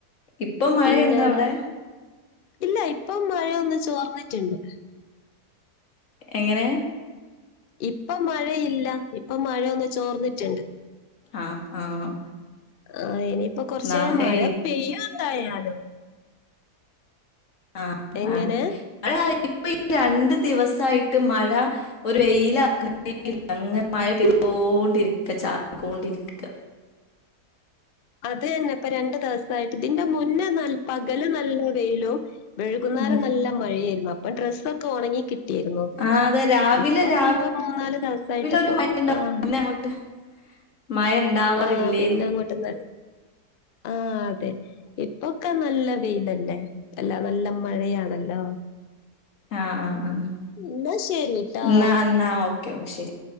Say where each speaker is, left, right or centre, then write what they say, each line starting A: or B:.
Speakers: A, on the left; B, on the left.
A: ഇപ്പൊ മഴയുണ്ടോ
B: പിന്ന
A: അവിടെ
B: വെ ഇല്ല ഇപ്പം മഴയൊന്ന് ചോർന്നിറ്റ്ണ്ട്
A: എങ്ങനെ
B: ഇപ്പം മഴയില്ല ഇപ്പൊ മഴയൊന്ന് ചോർന്നിറ്റ്ണ്ട്
A: ആഹ് ആഹ്
B: ആഹ് ഇനിയിപ്പൊ കൊറച്ച്
A: നാളെ
B: നേരം മഴ പെയ്യും എന്തായാലും
A: ആഹ്
B: എങ്ങനെ?
A: ആഹ് ഇങ്ങനെ അടിപ്പിച്ച് ഈ രണ്ട് ദിവസായിട്ട് മഴ ഒരു വെയിലാണെങ്കി ഇല്ല. അങ്ങനെ മഴ പെയ്തോണ്ടിരിക്ക ചാറിക്കോണ്ടിരിക്ക
B: അത് തന്നെ ഇപ്പൊ രണ്ട് ദിവസായിട്ട്. ഇതിന്റെ മുന്നെ പകല് നല്ല വെയിലും വൈകുന്നേരം
A: ഉം
B: നല്ല മഴയേര്ന്നു അപ്പൊ ഡ്രസ്സൊക്കെ ഒണങ്ങി കിട്ടിയിരുന്നു.
A: ആഹ് അതെ രാവിലെ
B: ഇപ്പാവുമ്പൊ
A: രാവിലെ
B: മൂന്നാല് ദിവസായിട്ട്പ്പൊ
A: ഒരു മഴ ഉണ്ടാവും
B: ആഹ്
A: പിന്നെ അങ്ങോട്ട് മഴ ഉണ്ടാവാറില്ലേന്ന്
B: ആഹ് പിന്നെ അങ്ങോട്ട് നല്ല ആഹ് അതെ, ഇപ്പൊക്കെ നല്ല വെയിലല്ലേ അല്ലാ നല്ല മഴയാണല്ലോ
A: ആഹ് ആഹ് ആഹ്
B: ഇന്നാ ശരിട്ടോ.
A: ഇന്നാ എന്നാ ഓക്കെ ശരി